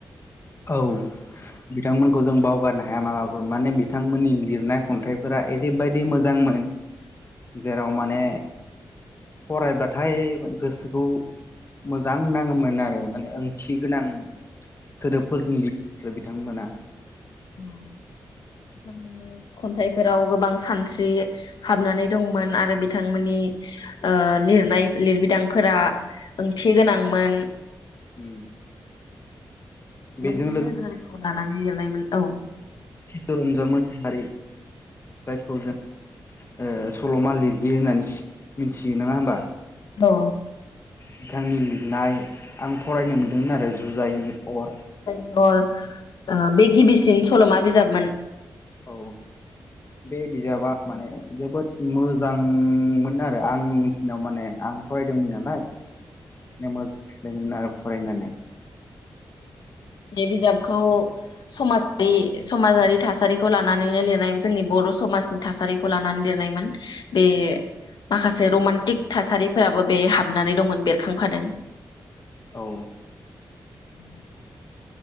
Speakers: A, on the left (about 35°); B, on the left (about 85°).
A: औ बिथांमोनखौ जों बावगारनो हाया माबाफोर माने बिथांमोननि लिरनाय खन्थाइफोरा ओरैबायदि मोजांमोन, जेराव माने फरायब्लाथाय गोसोखौ मोजां नाङोमोन आरो माने ओंथि गोनां। सोदोबफोरजों लि <unintelligible> आरो बिथांमोना।
B: औ बिथांमोननि खन्थाइफोराव गोबां सानस्रि हाबनानै दंमोन आरो बिथांमोननि ओ लिरनाय लिरबिदांफोरा ओंथि गोनांमोन।
A: उम। बेजों
B: बिदि
A: लोगोसे
B: नोजोरखौ लानानै लिरनायमोन औ।
A: चीतरन्जन मोसाहारि। जायखौ जों ओ सल'मा लिरगिरि होननानै सि मिथियो नङा होमबा?
B: औ।
A: बिथांनि लिरनाय आं फरायनो मोनदोंमोन आरो जुजाइनि अर।
B: अ बे गिबिसिन सल'मा बिजाबमोन।
A: औ बे बिजाबा माने जोबोद मोजांमोन आरो आं मिथिनायाव माने आं फरायदोंमोन नालाय मे <unintelligible> मोजां जादोंमोन आरो फरायनानै।
B: बे बिजाबखौ समाजारि समाजारि थासारिखौ लानानैनो लिरनाय जोंनि बर' समाजनि थासारिखौ लानानै लिरनायमोन बे माखासे रमान्टिक थासारिफोराबो बे हाबनानै दंमोन बेरखांफादों।
A: औ।
B: <inaudible>